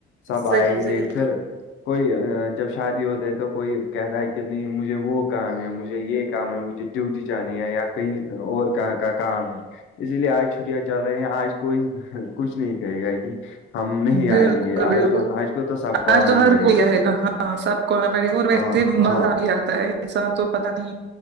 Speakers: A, on the left (about 80°); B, on the right (about 60°).
A: سب
B: صحیح
A: آئیں
B: صحیح
A: گے پھر کوئی ہے جب شادی ہوتا ہے تو کوئی کہتا ہے کہ نہیں مجھے وہ کام ہے مجھے یہ کام ہے مجھے ڈیوٹی جانی ہے یا کہیں اور کا کام ہے اسی لیے آج چھٹیاں چل رہی ہیں آج کوئی کچھ نہیں کہے گا کہ ہم نہیں
B: بالکل
A: آئیں گے آج
B: بالکل
A: تو آج کو تو سب کو
B: آج
A: آنا
B: تو ہر
A: پڑے
B: کوئی
A: گا
B: آئے ہاں سب کو آنا پڑے گا اور ویسے
A: ہاں
B: ہی
A: ہاں
B: مزہ بھی آتا ہے ایسا تو پتا نہیں